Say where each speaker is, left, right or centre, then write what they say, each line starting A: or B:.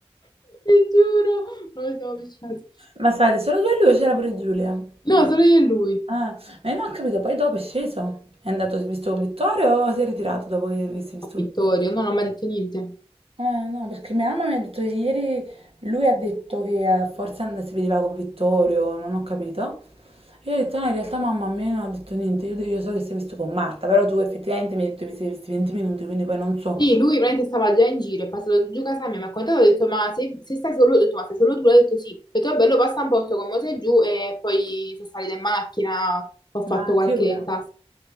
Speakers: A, on the left; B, on the right.
A: Ti giuro, non lo siamo avvicinati.
B: Ma state solo due e lui o c'era pure Giulia?
A: No, solo io e lui.
B: Ah, ma io non ho capito, poi dopo è sceso? È andato, si è visto con Vittorio o si è ritirato dopo che si è visto?
A: A Vittorio, no, non mi ha mai detto niente.
B: Eh, no, perché mia mamma mi ha detto che ieri, lui ha detto che eh, forse and- si vedeva con Vittorio, non ho capito. Io ho detto, no, in realtà mamma a me non ha detto niente, io, io so che si è visto con Marta, però tu effettivamente mi hai detto che vi siete visti 20 minuti, quindi poi non so.
A: Sì, lui veramente stava già in giro, è passato giù casa mia, mi ha contato, ho detto, ma se, se stai solo, ho detto, ma sei solo tu? L'ha detto sì. Ho detto, bello, passa un posto con me sei giù e poi sono salita in macchina, ho fatto
B: Ma a
A: qualche
B: che ora?
A: task.